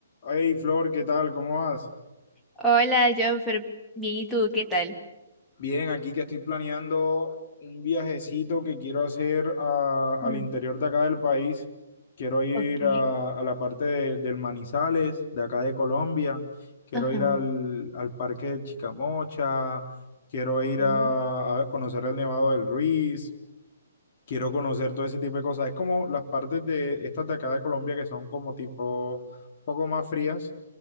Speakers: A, on the left (about 40°); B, in the centre.
A: Hey Flor, ¿qué tal? ¿Cómo vas?
B: Hola, Jonfer. Bien, ¿y tú? ¿Qué tal?
A: Bien, aquí que estoy planeando un viajecito que quiero hacer a- al
B: Mm,
A: interior de acá del país. Quiero ir
B: ok.
A: a, a la parte de- del Manizales, de acá de Colombia. Quiero
B: Ajá.
A: ir al, al parque de Chicamocha. Quiero
B: ok,
A: ir a, a conocer el Nevado del Ruiz. Quiero conocer todo ese tipo de cosas. Es como las partes de estas de acá de Colombia que son como tipo un poco más frías